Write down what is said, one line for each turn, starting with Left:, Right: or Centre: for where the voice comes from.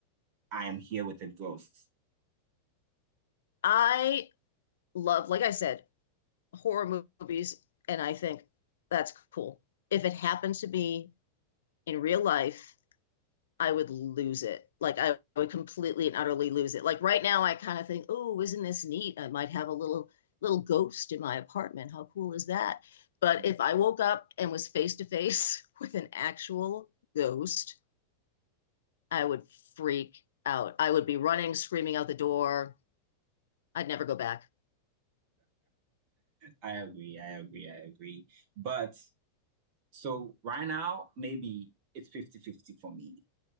Right: I am here with a ghost.
Left: I love like I said horror movies and I think that's cool. If it happens to be in real life I would lose it. Like I would completely and utterly lose it. Like right now, I kind of think, oh, isn't this neat? I might have a little little ghost in my apartment. How cool is that? But
Right: Mm,
Left: if I woke up and was face to face <laughs> with an actual ghost, I would freak out. I would be running, screaming out the door. I'd never go back.
Right: I agree, I agree, I agree. But so right now, maybe it's fifty-fifty for me.